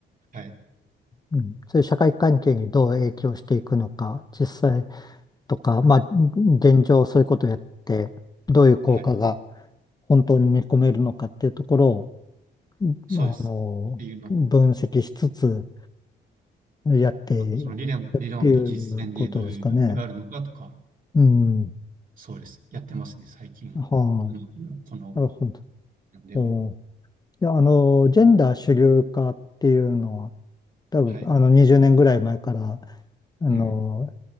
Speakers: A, on the right (about 45°); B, on the left (about 20°).
A: はい、
B: うん、そういう社会関係にどう影響していくのか、実際とか、まあ、現状そういうことをやって、どういう効果が
A: はい、
B: 本当に見込めるのかっていうところを、
A: そうです。
B: まああの、
A: っていうのを、
B: 分析しつつやって
A: その理論、理論と実践でどういうギャップがあるのかとか、
B: っていうことですかね。うん。
A: そうです。やってますね、最近。
B: はい、
A: うんこの、
B: なるほど。
A: この、では。
B: おーいや、あの、ジェンダー主流化っていうのは、多分、
A: はい。
B: あの、20年ぐらい前から、あの、
A: うん。